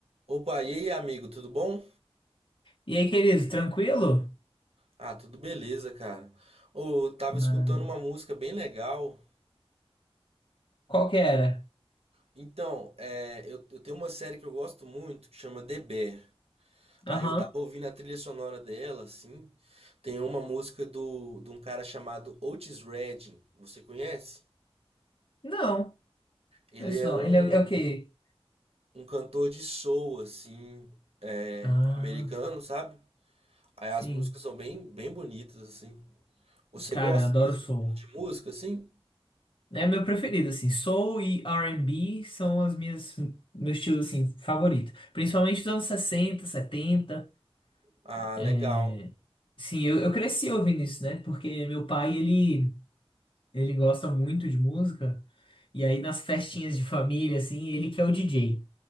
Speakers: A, on the right; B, on the left.
A: Opa, e aí, amigo, tudo bom?
B: E aí, querido, tranquilo?
A: Ah, tudo beleza, cara. Ô, eu tava escutando
B: Maravilha.
A: uma música bem legal.
B: Qual que era?
A: Então, é, eu, eu tenho uma série que eu gosto muito que chama The Bear.
B: Aham.
A: Aí eu tava ouvindo a trilha sonora dela, assim. Tem uma música do, de um cara chamado Otis Redding. Você conhece?
B: Não,
A: Ele
B: isso
A: é
B: não.
A: um,
B: Ele é, é o quê?
A: um cantor de soul, assim, é,
B: Ah,
A: americano, sabe? Aí
B: sim.
A: as músicas são bem, bem bonitas, assim. Você
B: Cara,
A: gosta
B: eu adoro
A: desse
B: soul.
A: tipo de música, assim?
B: É meu preferido, assim. Soul e R&B são as minhas, meu estilo, assim, favorito. Principalmente dos anos 60, 70.
A: Ah,
B: é.
A: legal.
B: Sim, eu, eu cresci ouvindo isso, né? Porque meu pai, ele, ele gosta muito de música. E aí, nas festinhas de família, assim, ele que é o DJ.